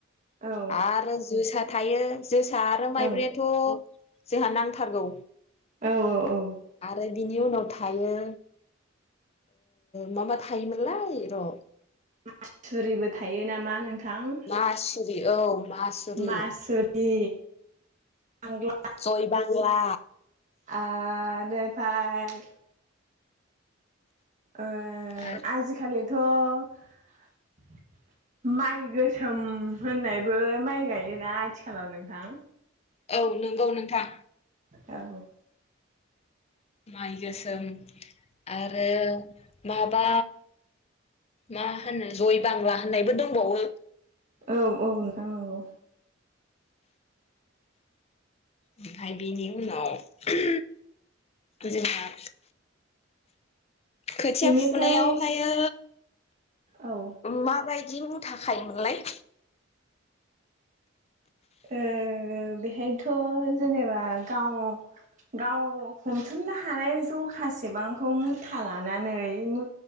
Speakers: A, on the right; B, on the left.
A: औ
B: आरो जोसा थायो जोसा आरो माइब्रायाथ'
A: औ
B: जोंहा नांथारगौ
A: औ औ
B: आरो बिनि उनाव थायो मा मा थायोमोनलाय र'
A: मासुरिबो थायो नामा नोंथां <unintelligible>
B: मासुरि औ मासुरि
A: मासुरि <unintelligible>
B: जयबांला
A: आरो बार आ
B: आरो
A: आजिखालि थ' माइ गोसोम होननायबो माइ गायोना आथिखालाव नोंथां
B: औ नंगौ नोंथां
A: औ
B: माइ गोसोम आरो माबा मा होनो जय बांला होननायबो दंबावो
A: औ औ नोंथां नंगौ
B: ओमफाय बिनि उनाव <unintelligible> गोजोना खोथिया
A: बेनिफ्राय
B: फुनायावहायो
A: औ ओ
B: मा बाय दि मुथा खायोमोनलाय
A: ओ बेहायथ' जेनेबा गाव गाव हमथुमनो हानाय जखासेबांखौ मुथा लानानै मु